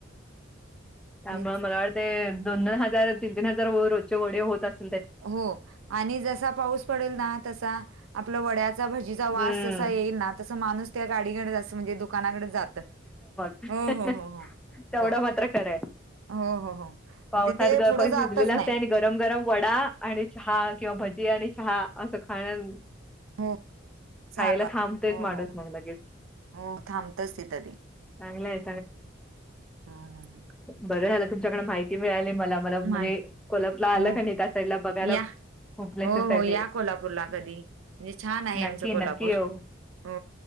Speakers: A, in the centre; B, on the right.
A: त्यामुळ
B: तेच
A: मला वाटतय दोन, दोन हजार, तीन तीन हजार व रोज ची वडे होत असती
B: हो आणि जसा पाऊस पडेल ना तसा आपलं वड्यात चा भजीचा
A: हम्म
B: वास जसा येईल ना तसा माणूस त्या गाडीकड म्हणजे दुकानाकड जात.
A: ह-
B: हो हो
A: ह
B: हो हो
A: तेवढं
B: हो
A: मात्र खरं आहे.
B: हो हो हो म्हणजे
A: पावसात
B: ते
A: <unintelligible>
B: पुढं जातच
A: भिजलेल असतय
B: नाही
A: आणि गरम गरम वडा आणि चहा किंवा भजी आणि चहा असं खाण
B: हो. चालू
A: खायला
B: आता
A: थांबतोयच
B: हो
A: माणूस
B: हो हो
A: मग लगेच.
B: हो थांबतच तिथं ते
A: चांगलंय
B: हम्म हम्.
A: बर झाल तुमच्याकडे. माहिती मिळालीये मला मला म्हणजे
B: मा
A: कोल्हापूरला आलं
B: हो
A: का नाही त्या साईडला बघायला
B: या
A: खूप प्लेसेस
B: हो
A: आहे
B: हो या
A: ते
B: कोल्हापूरला कधी म्हणजे छान आहे.
A: नक्की
B: आमचं कोल्हापूर
A: नक्की येऊ
B: हो